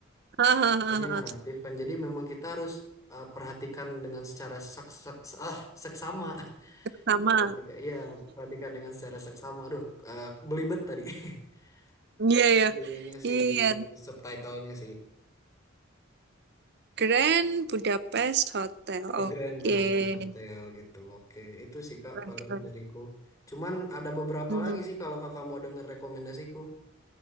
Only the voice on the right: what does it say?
Hahaha,
Sama.
Iya
ya.
Iya.
Grand Budapest Hotel.
Oke.
Keren
keren.
Hmm.